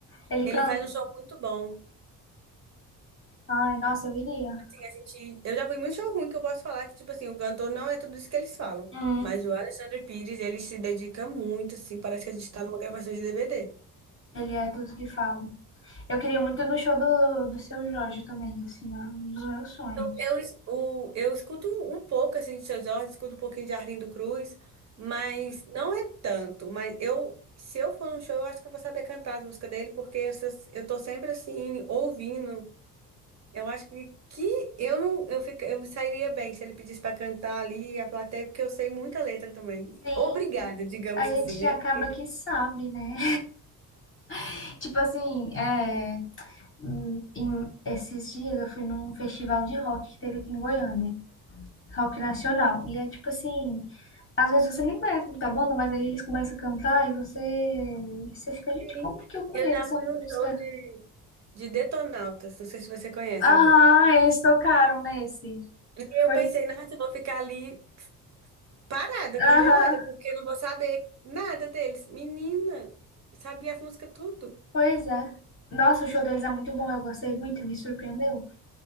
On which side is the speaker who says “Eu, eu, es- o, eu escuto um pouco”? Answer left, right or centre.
Right